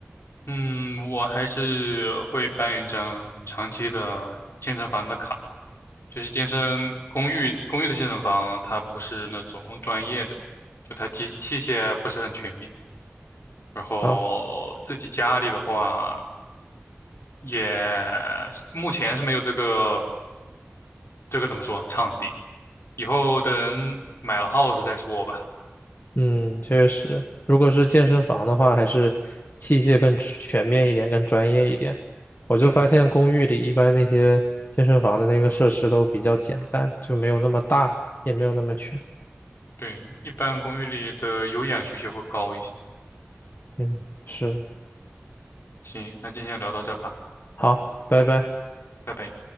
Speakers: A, on the left; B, on the left.
A: 嗯，我还是会办一张长期的健身房的卡，就是健身公寓公寓的健身房，它不是那种专业的，就它机器械不是很全面。然后自己家里的话，
B: 啊。
A: 也目前是没有这个这个怎么说场地，以后等买了 house 再说吧。
B: 嗯，确实，如果是健身房的话，还是器械更全面一点，更专业一点。我就发现公寓里一般那些健身房的那个设施都比较简单，
A: 嗯，
B: 就没有那么大，也没有那么全。
A: 对，一般公寓里的有氧需求会高一些。
B: 嗯，是，
A: 行，那今天就聊到这吧，
B: 好，拜拜。
A: 拜拜。